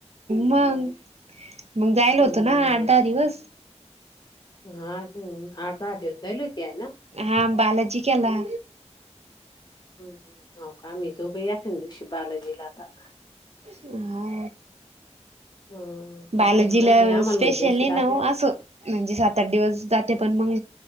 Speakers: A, on the right; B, on the left.
A: मग, मग जायल
B: हम्म
A: होतं ना आठ,
B: उश.
A: दहा दिवस.
B: हा आठ, दहा दिवस जायेल होती आहे ना?
A: हा बालाजी केला.
B: ह हाव का आम्ही जाऊ बाई एकन दिवशी बालाजीला आता.
A: हा.
B: अ तू
A: बालजीला
B: करून आली आम्हाला
A: स्पेशल
B: म्हणली अशी
A: नाही नाव
B: आल्या
A: अस म्हणजे सात, आठ दिवस जाते पण मग